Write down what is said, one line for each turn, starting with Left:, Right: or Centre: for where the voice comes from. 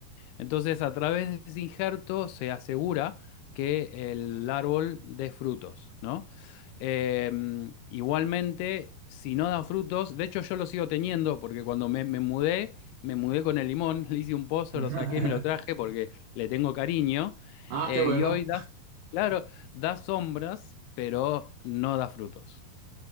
Left: Entonces, a través de ese injerto se asegura que el árbol dé frutos, ¿no? Eh, igualmente, si no da frutos, de hecho yo lo sigo teniendo porque cuando me, me mudé, me mudé con el limón, <laughs> le hice un pozo,
Right: <laughs>
Left: lo saqué, me lo traje porque le tengo cariño.
Right: Ah,
Left: Eh,
Right: qué bueno.
Left: y hoy da, claro, da sombras, pero no da frutos.